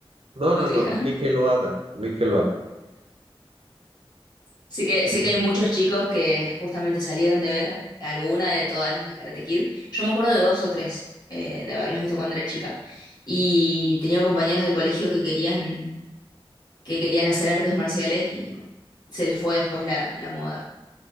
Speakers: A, on the right; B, on the left.
A: No,
B: o
A: no,
B: tu
A: no,
B: hija? <laughs>
A: ni que lo haga, ni que lo haga.
B: Sé que,
A: Ni
B: sé que
A: que-
B: hay muchos chicos que justamente salieron de ver alguna de todas las de Karate Kid. Yo me acuerdo de dos o tres eh, de haberlas visto cuando era chica. Y tenía compañeros del colegio que querían que querían hacer artes marciales y bueno, se les fue después la, la moda.